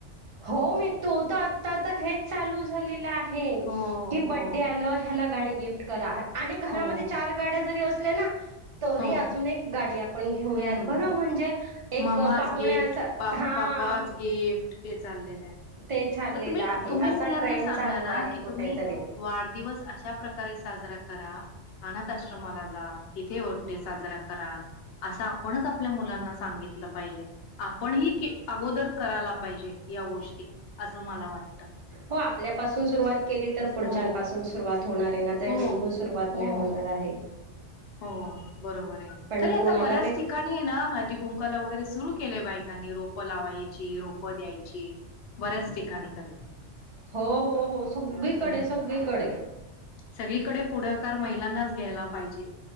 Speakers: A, on the right; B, on the left.
A: हो मी तू त आता तर हेच चालू झालेलं आहे कीं,
B: हो, हो,
A: बड्डे आलं, ह्याला गाडी गिफ्ट करा. आणि घरामध्ये
B: हो,
A: चार गाड्या जरी अस <unintelligible> तरी
B: हो.
A: अजून एक गाडी आपण घेऊयात
B: हं.
A: बघा म्हणजे एक
B: मम्माज
A: पाहुण्यांस
B: गिफ्ट,
A: अ
B: पा
A: हा....
B: पापाज गिफ्ट हे चाललेलं आहे.
A: ते चाललेलं
B: मग तुम्ही
A: आहे
B: तुम्ही
A: असा
B: मुलांना
A: ट्रेंड
B: सांगा
A: चालू
B: ना
A: आहे
B: कि
A: कुठेतरी
B: तुम्ही वाढदिवस अशा प्रकारे सा साजरा करा अनाथ आश्रमाला जा तिथे वर् डे साजरा करा असं आपणच आपल्या मुलांना सांगितल.. पाहिजे आपण ही के आहोत. करायला पाहिजे या गोष्टी. असं मला वाटतं.
A: हो आपल्यापासून सुरुवात केली तर पुढच्यापासून
B: हो
A: सुरुवात.. होणार आहे ना ते
B: हो
A: बिलकुल सुरुवात नाही
B: हो
A: होणार आहे.
B: हो.. बरोबर आहे
A: पण
B: तरी आता
A: कोणाला
B: बऱ्याच
A: ते
B: ठिकाणी आहे ना, हळदीकुंकवाला वैगरे सुरु केलंय बायकांनी. रोप लावायची. रोप द्यायची. बऱ्याच ठिकाणी तरी
A: हो हो हो सगळीकडे
B: हम्
A: सगळीकडे
B: सगळीकडे पुढाकार महिलांनाच घ्यायला पाहिजे.